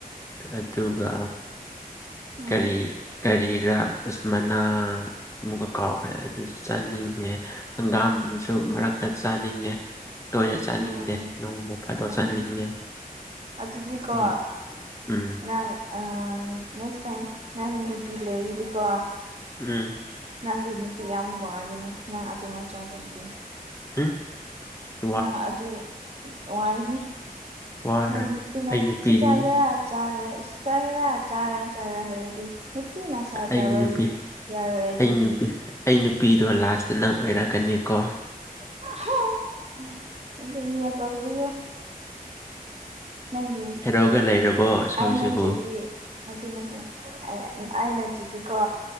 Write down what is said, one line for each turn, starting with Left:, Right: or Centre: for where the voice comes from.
Left: ꯑꯗꯨꯒ
Right: ꯎꯝ
Left: ꯀꯔꯤ ꯀꯔꯤꯔ ꯑꯁ ꯃꯅꯥ ꯑꯃꯨꯛꯀ ꯀꯥꯎꯈ꯭ꯔꯦ ꯑꯗꯨꯁꯨ ꯆꯥꯅꯤꯡꯉꯦ ꯍꯪꯒꯥꯝꯁꯨ ꯃꯔꯛꯇ ꯆꯥꯅꯤꯡꯉꯦ ꯇꯣꯏꯅ ꯆꯥꯅꯤꯡꯗꯦ
Right: ꯎꯝ
Left: ꯅꯣꯡꯃ ꯐꯥꯗꯣꯛ
Right: ꯎꯝ
Left: ꯆꯥꯅꯤꯡꯉꯦ
Right: ꯑꯗꯨꯗꯤꯀꯣ
Left: ꯎꯝ ꯎꯝ
Right: ꯅꯪ ꯑꯥ ꯅꯦꯛꯁ ꯇꯥꯏꯝ ꯅꯪ ꯅꯨꯄꯤ ꯂꯩꯔꯗꯤꯀꯣ
Left: ꯎꯝ
Right: ꯅꯪꯒꯤ ꯅꯨꯄꯤ ꯌꯥꯝ ꯋꯥꯒꯅꯤ ꯅꯪ ꯑꯗꯨꯃꯥꯏꯅ ꯆꯥꯗꯣꯏꯗꯤ
Left: <inaudible>
Right: ꯅꯪ ꯑꯗꯨ ꯋꯥꯏꯅꯤ
Left: ꯋꯥꯔꯣꯏ
Right: ꯅꯪ ꯅꯨꯄꯤꯅ
Left: ꯑꯩ ꯅꯨꯄꯤꯗꯤ
Right: ꯁꯤ ꯆꯥꯒꯦꯔꯥ ꯆꯥꯔꯣꯏ ꯏꯁ ꯆꯥꯒꯦꯔ ꯆꯥꯔꯣꯏ ꯆꯥꯔꯣꯏ ꯍꯥꯏꯔꯗꯤ ꯅꯨꯇꯤꯒꯤꯅ ꯁꯥ
Left: ꯑꯩꯒꯤ
Right: ꯆꯥꯕꯗꯤ
Left: ꯅꯨꯄꯤ
Right: ꯌꯥꯔꯣꯏ ꯑꯗꯨꯗꯤ
Left: ꯑꯩ ꯅꯨꯄꯤ ꯑꯩ ꯅꯨꯄꯤꯗꯣ ꯂꯥꯁꯇ ꯅꯪ ꯑꯣꯏꯔꯛꯀꯅꯤꯀꯣ
Right: <inaudible> ꯅꯪꯒꯤ
Left: ꯍꯦꯔꯣꯒ ꯂꯩꯔꯕꯣ ꯁꯣꯝꯁꯤꯕꯨ
Right: ꯑꯩ ꯅꯠꯇ꯭ꯔꯗꯤ ꯅꯠꯇꯦ ꯅꯠꯇꯦ ꯑꯩ ꯅꯥꯠꯇꯔ꯭ꯗꯤꯀꯣ